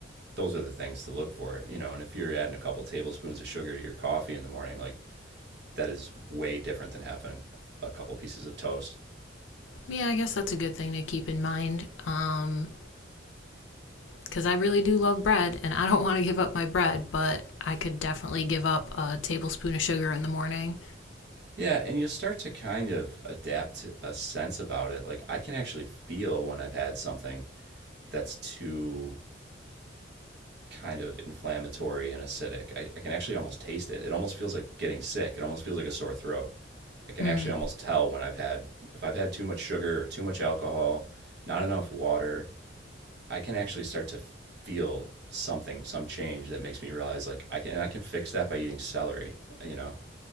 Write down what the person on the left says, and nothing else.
Yeah, I guess that's a good thing to keep in mind. Um, because I really do love bread and I don't <laughs> want to give up my bread, but I could definitely give up a tablespoon of sugar in the morning.
Hmm.